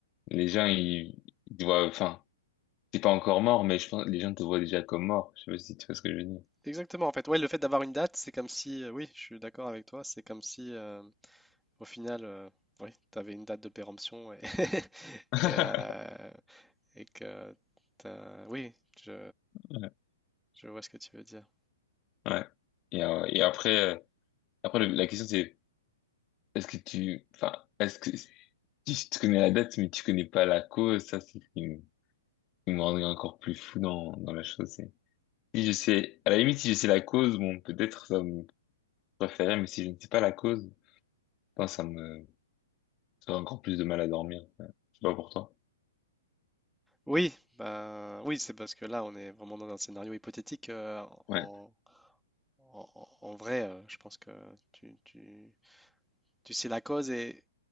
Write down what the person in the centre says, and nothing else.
Exactement, en fait. Ouais, le fait d'avoir une date, c'est comme si, euh, oui, je suis d'accord avec toi, c'est comme si, euh, au final, euh, oui, tu avais une date de péremption et, <laughs>
et, euh, et que t'as... Oui, je,
je vois ce que tu veux dire.
Oui, bah oui, c'est parce que là, on est vraiment dans un scénario hypothétique. euh,
en, en- en- en vrai, euh, je pense que tu, tu- tu sais la cause et